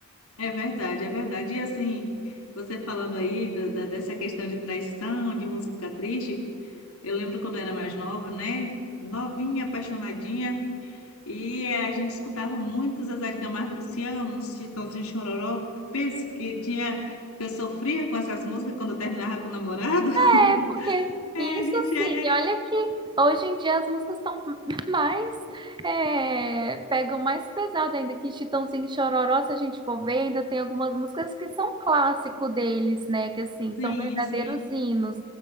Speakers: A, on the left; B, on the right.
A: É verdade, é verdade. E assim, você falando aí da, da- dessa questão de traição, de música triste. Eu lembro quando eu era mais nova, né? Novinha, apaixonadinha. E a gente escutava muito Zezé de Camargo e Luciano, os Chitãozinho e Chororó. Penso que tinha, que eu sofria com essas músicas quando eu terminava com o namorado. <laughs>
B: É porque
A: É,
B: isso
A: a gente
B: assim,
A: é,
B: e olha que hoje em dia as músicas estão <laughs> mais, é, pegam mais pesado ainda, que Chitãozinho e Chororó, se a gente for ver, ainda tem algumas músicas que são clássico deles, né, que assim, são
A: sim,
B: verdadeiros
A: sim,
B: hinos,